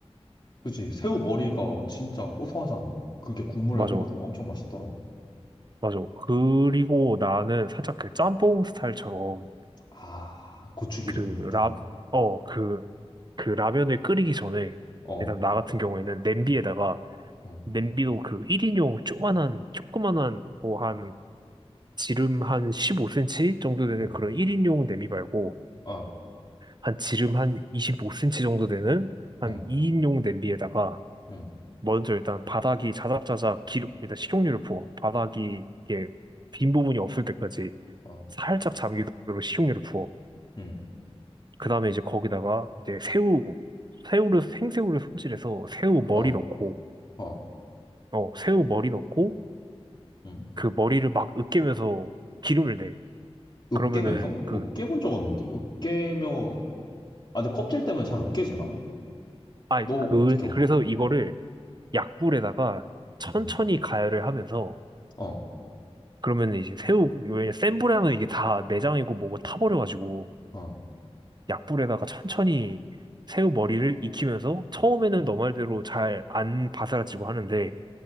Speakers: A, on the left; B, on the right.
A: 그치? 새우 머리가 진짜 고소하잖아. 그게 국물에
B: 맞아
A: 녹아들면 엄청 맛있더라고.
B: 맞아 그리고 나는 살짝 그 짬뽕 스타일처럼
A: 아, 고추기름
B: 그라어그
A: 같은 거?
B: 그 그 라면을 끓이기 전에
A: 어,
B: 일단 나 같은 경우에는 냄비에다가
A: 어,
B: 냄비도 그 1인용 조그만한 조그만한 뭐 한 지름 한 15cm 정도 되는
A: 응,
B: 그런 1인용 냄비 말고
A: 어,
B: 한 지름 한 25cm 정도 되는 한
A: 응,
B: 2인용 냄비에다가
A: 응,
B: 먼저 일단 바닥이 자작자작 기름, 일단 식용유를 부어. 바닥이 이게 빈 부분이 없을 때까지
A: 어,
B: 살짝 잠기도록 식용유를 부어.
A: 응,
B: 그 다음에 이제 거기다가 이제 새우, 새우를, 생새우를 손질해서 새우 머리
A: 어,
B: 넣고,
A: 어,
B: 어, 새우 머리 넣고,
A: 응.
B: 그 머리를 막 으깨면서 기름을 내.
A: 으깨면서?
B: 그러면은 그,
A: 으깨 본 적 없는데. 으깨면, 아, 근데 껍질 때문에 잘 으깨지나?
B: 아,
A: 너
B: 그,
A: 어떻게 으깨?
B: 그래서 이거를
A: 어,
B: 약불에다가 천천히
A: 응,
B: 가열을 하면서,
A: 어,
B: 그러면 이제 새우, 왜냐, 센 불에 하면 이게 다 내장이고 뭐고 타버려가지고,
A: 어.
B: 약불에다가 천천히 새우 머리를 익히면서 처음에는 너 말대로 잘 안 바스라지고 하는데